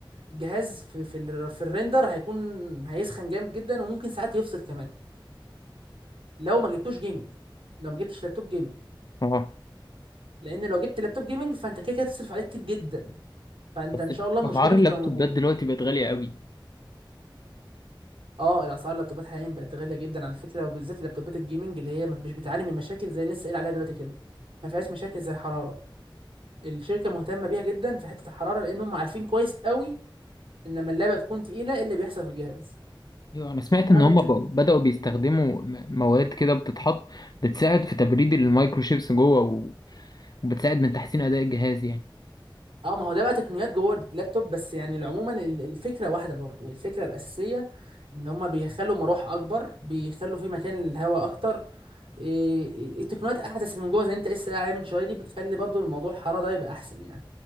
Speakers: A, on the right; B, on the left.
A: الجهاز في في, ال... في الريندر هيكون هيسخن جامد جدا وممكن ساعات يفصل كمان لو ما جبتوش جيمنج لو ما جبتش لابتوب جيمنج
B: اه
A: لان لو جبت لابتوب جيمنج فانت كده كده هتصرف عليه كتير جدا فانت
B: بس
A: ان شاء الله المشكله
B: اسعار
A: دي مش
B: اللابتوبات
A: تبقى موجوده
B: دلوقتي بقت غاليه قوي
A: اه الاسعار اللابتوبات حاليا بقت غاليه جدا على فكره وبالذات اللابتوبات الجيمنج اللي هي ما- مش بتعاني من مشاكل زي اللي لسه قايل عليها دلوقتي كده ما فيهاش مشاكل زي الحراره الشركه مهتمه بيها جدا في حته الحراره لان هم عارفين كويس قوي ان لما اللعبه تكون تقيله ايه اللي بيحصل في الجهاز
B: ايوه انا سمعت
A: هم
B: ان هم
A: مهتمين
B: بقوا- بدأوا بيستخدموا م- مواد كده بتتحط بتساعد في تبريد المايكروشيبس جوه و- وبتساعد من تحسين اداء الجهاز يعني
A: اه ما هو ده بقى تقنيات جوه اللابتوب بس يعني عموما ال- الفكره واحده برضو الفكره الاساسيه ان هما بيخلوا مراوح اكبر بيخلوا في مكان للهواء اكتر إيه- إيه، التقنيات احدث من جوه زي انت لسه قايل عليه من شويه دي بتخلي برضو الموضوع الحراره ده يبقى احسن يعني